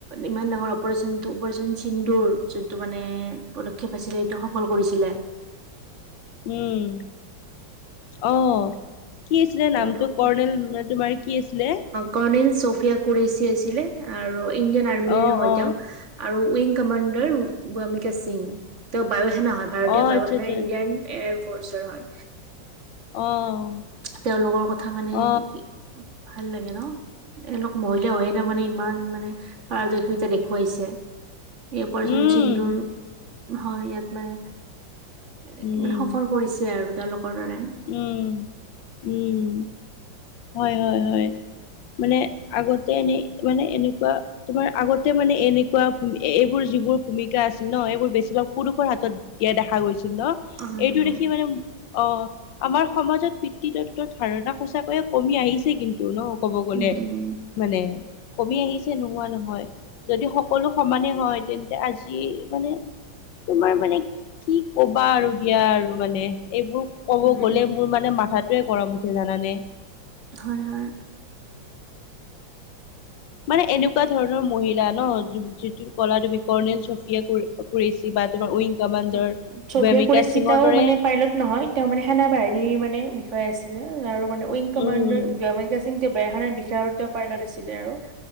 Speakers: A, on the right; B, on the left.
A: ইমান ডাঙৰ অপাৰচন-অপাৰেচন চিন্ধুৰ যোনটো মানে পদক্ষেপ পাইছিলে এইটো সফল কৰিছিলে।
B: উম, অ',। কি আছিলে
A: তেওঁলোক
B: নামটো কৰ্ণেল তোমাৰ কি আছিলে?
A: কৰ্ণিল চফিয়া কুৰেচি আছিলে আৰু ইণ্ডিয়ান আৰ্মিৰ
B: অ
A: হয়
B: অ
A: তেওঁ। আৰু উইং কমাণ্ডাৰ ভ্যমিকা সিং। তেওঁ বায়ু সেনা হয় ভাৰতীয়
B: অ
A: বায়ু
B: আচ্ছা
A: সেনাৰ
B: আচ্ছা
A: ইণ্ডিয়ান এয়াৰ ফৰ্চৰ হয়।
B: অ',।
A: তেওঁলোকৰ কথা মানে
B: অ
A: কি ভাল লাগে ন। এলোক মৰিলে হয় এতিয়া মানে ইমান মানে <unintelligible> দেখুৱাইছে। ইয়াৰ পৰচন
B: উম
A: চিন্দুৰ, হয় ইয়াত মানে এ
B: উম
A: মানে সফল কৰিছে আৰু তেওঁলোকৰ দাৰাই।
B: উম, উম, হয় হয় হয়, মানে আগতে এনে মানে এনেকুৱা তোমাৰ আগতে মানে এনেকুৱা এইবোৰ যিবোৰ ভূমিকা আছিল ন এইবোৰ বেছি পুৰুষৰ হাতত দিয়া দেখা গৈছিল ন,
A: হয়
B: এইটো
A: হয়
B: দেখি মানে অ', আমাৰ সমাজত পিতৃৃতত্বৰ ধাৰণা সঁচাকৈয়ে কমি আহিছে কিন্তু ন ক'ব গ'লে।
A: উম উম
B: মানে কমি আহিছে নোহোৱা নহয়। যদি সকলো সমানে হয় তেন্তে আজি মানে তোমাৰ মানে কি কবা আৰু দিয়া আৰু মানে এইবোৰ ক'ব
A: উম
B: গ'লে
A: উম
B: মোৰ মানে মাথাত টোৱে গৰম উঠে জানা নে?
A: হয়, হয়।
B: মানে এনেকুৱা ধৰণৰ মহিলা ন যিটো কলা তুমি কৰ্ণেল চফিয়া কুৰেচি বা তোমাৰ উইং কামাণ্ডাৰ
A: উম চফিয়া
B: ভেমিকা
A: কুৰেশ্বি
B: সিঙৰ
A: তেওঁ
B: দৰে
A: মানে পাইলট নহয় তেওঁ মানে সেনা বাহিনীৰ মানে বিষয় আছিলে আৰু মানে উইং কমাণ্ডৰ
B: উম
A: ভ্যমিকা সিং তেওঁ বেয়াখাৰ বিষ আৰু তেওঁ পাইলট আছিলে আৰু,